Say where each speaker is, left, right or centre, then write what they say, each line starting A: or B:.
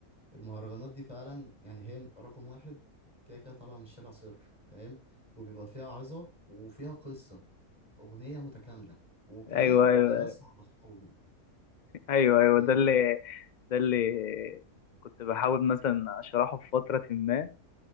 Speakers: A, on the left; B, on the left.
A: المهرجانات دي فعلا يعني هي رقم واحد كده كده طالعة من الشارع صرف فاهم وبيبقى فيها عظة وفيها قصة أغنية متكاملة وكمان
B: ايوه ايوه
A: بيمسوا على أصحابهم
B: ايوه ايوه
A: فاهم
B: ده اللي ده اللي كنت بحاول مثلا اشرحه في فترة ما